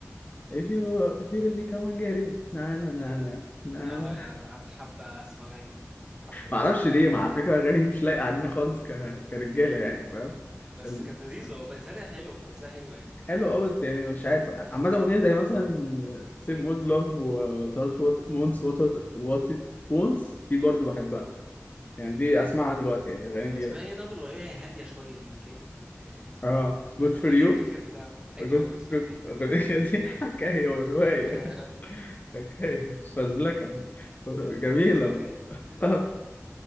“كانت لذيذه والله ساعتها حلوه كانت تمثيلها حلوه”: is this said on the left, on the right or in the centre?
Right